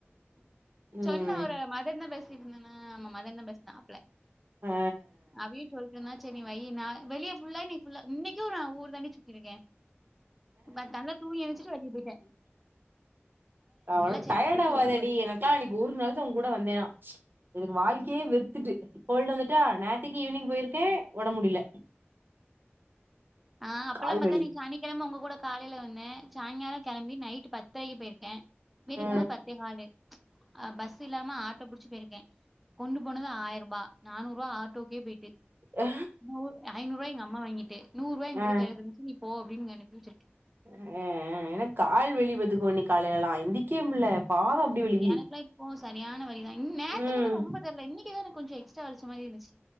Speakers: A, on the right (about 50°); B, in the centre.
A: ம்
B: சொன்ன ஒரு மதன்ந்தா பேசிட்டு இருந்தனா ஆமா மதன்ந்தான் பேசினாப்ல <unintelligible>
A: ஆ
B: அபி சொல்லிட்டுருந்தா செரி வை நா வெளிய ஃபுல்லா நீ ஃபுல்லா இன்னைக்கு நா ஊர்தான்டி சுத்திருக்கேன் பட் ஆனா தூங்கி எந்திருச்சிட்டு வெளிய போயிட்டன்
A: அவ்ளோ
B: சேத்து
A: டயர்டு
B: வச்சு
A: ஆவாதடி
B: இதா போட்டே
A: எனக்கெல்லா அன்னைக்கு ஒரு நாள்தா உங்க கூட வந்தேனா இதுக்கு வாழ்க்கையே வெறுத்துட்டு கோல்டு் வந்துட்டா நேத்தைக்கு ஈவினிங் போயிருக்கேன் ஒடம்பு முடில
B: ஆ அப்பல்லாம்
A: கால்வலி
B: பாத்தா நீ சனிக்கெழம உங்க கூட காலைல வந்தேன் சாய்ங்காலோ கெளம்பி நைட்டு பத்தரைக்கு போயிருக்கேன் வீட்டுக்கு
A: ஆ
B: போம்போது பத்தே காலு பஸ் இல்லாம ஆட்டோ புடிச்சி போயிருக்கேன் கொண்டு போனது ஆயிர ரூபா நானூறு ரூவா ஆட்டோக்கே போயிட்டு
A: ஆ
B: நூர் ஐனூ ரூவா எங் அம்மா வாங்கிட்டு நூர் ரூவா என்கிட்ட
A: ஆ
B: கைல இருந்ச்சி நீ போ அப்டின்னு என்ன அனுப்பி வெச்சிருக்கு
A: அ அ ஆ எனக்கு கால் வலி பாத்துக்கோ இன்னிக்கி காலைல எல்லா எந்திக்கவே முல்ல பாவோ அப்டி வலிக்கி
B: எனக்கு எல்லா இப்போ சரியான வலிதா ம் நேத்தகூட
A: ம்
B: ரொம்ப தெரில இன்னிக்குதா எனக்கு கொஞ்சோ எக்ஸ்ட்ரா வலிச்ச மாரி இருந்துச்சி